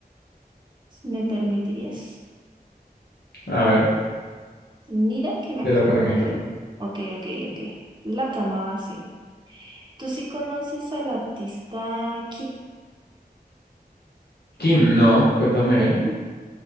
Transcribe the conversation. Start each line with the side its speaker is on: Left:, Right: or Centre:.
Right: Si ¿Me permitirías?
Left: A ver,
Right: Mira que me
Left: te
Right: acabé.
Left: lo permito.
Right: Ok, ok, ok. La trama va así. ¿Tú sí conoces al artista
Left: Kim, no, cuéntame
Right: Kim?
Left: él.